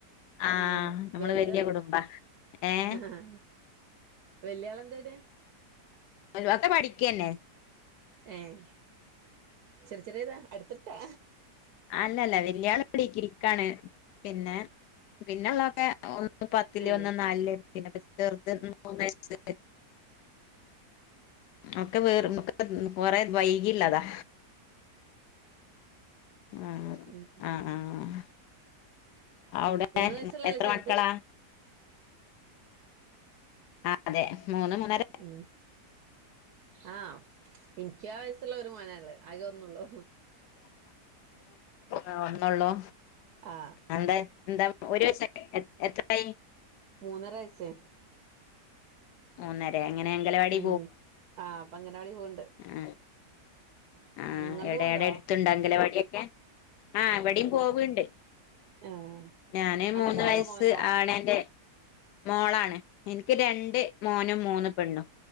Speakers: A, on the left; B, on the right.
A: ആഹ്
B: ഏഹ്
A: നമ്മള്
B: വലുത
A: വല്യ കുടുംബ ഏഹ്
B: ആ വല്യാള എന്തനെ
A: ഒക്കെ പഠിക്കന്നെ
B: ഏഹ ചെറിയ ചെറിയ ഇതാ അടുത്തിട്ടാ
A: അല്ലല്ല വെല്യാള എടക്കിരിക്കാണ് പിന്നെ പിന്നെള്ളതൊക്കെ പത്തിലല്
B: ഏ
A: ഒന്ന് നാലിലേ പിന്നെ ചെറുത് മൂന്ന് വയസ് ഒക്കെ വേറക്ക കൊറെ വൈകില്ലതാ ആഹ്
B: ഉം
A: ആഹ് ആഹ് അവിടെ
B: വയസ്സുള്ളല്ലേ
A: എത്ര
B: ചെറുത്
A: മക്കളാ ആ അതെ മൂന്ന് മൂന്ന
B: ഉം ആഹ് എനിക്ക് ആ വയസ്സുള്ള ഒരു മോനല്ലേ അകെ ഒന്നള്ളൂ
A: ആ ഒന്നള്ളൂ
B: ആ
A: എന്താ എന്താ ഒരു ദിവസ എത്രായി
B: മൂന്നരവയസ്സെ
A: മൂന്നര എങ്ങനെ അംഗലവാടി
B: ഉം ആഹ് അപ്പൊ അങ്ങനവാടി പോവ്ണ്ട്
A: ആ ആ
B: നിങ്ങൾത്
A: എവിടെ
B: പോവ്ണ്ടോ
A: എടെ എടുത്ത്ണ്ട അങ്കലവാടിയൊക്കെ? ആഹ ഇവിടിം പോവ്ണ്ട്.
B: ആഹ്
A: ഞാന്
B: അന്റെ
A: മൂന്ന്
B: മോളോ
A: വയസ്സ്
B: മോനോ
A: ആണെന്റെ മോളാണ്. എനിക്ക് രണ്ട് മോനും മൂന്ന് പെണ്ണും.